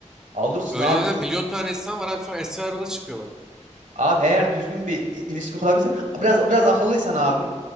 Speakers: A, on the right (about 85°); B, in the centre.
A: Alırsın
B: Öyle
A: abi.
B: denen milyon tane insan var abi sonra Esra Erol'a çıkıyorlar.
A: Abi eğer düzgün bir i- ilişki kurabilsen biraz biraz akıllıysan abi